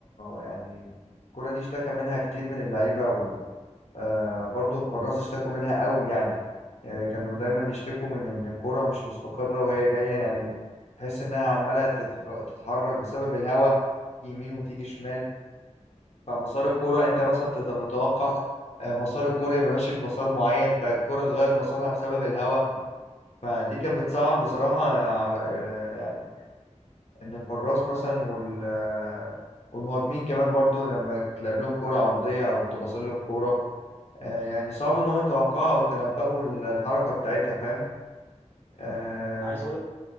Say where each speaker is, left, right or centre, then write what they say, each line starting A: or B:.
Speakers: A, on the left (about 65°); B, on the left (about 15°).
A: يعني الكرة دي اشتكى منها كتير من اللعيبة وبرضه الحراس اشتكوا منها قوي يعني آه، كانوا دايما يشتكوا من إن الكرة مش مستقرة وهي جاية يعني تحس إنها عمالة تتح- تتحرك بسبب الهواء يمين وتيجي شمال فمسار الكرة أنت مثلا تبقى متوقع آه، مسار الكرة يبقى ماشي في مسار معين فالكرة تغير مسارها بسبب الهواء فدي كانت بتصعب بصراحة على آه، ان الحراس مثلا وال والمهاجمين كمان برضو لما تلعب لهم كرة عرضية او تباصي لهم كرة آه، يعني صعب انهم يتوقعوا او يتنبأوا ال- الحركة بتاعتها فاهم آه،
B: انا عايز اقول لك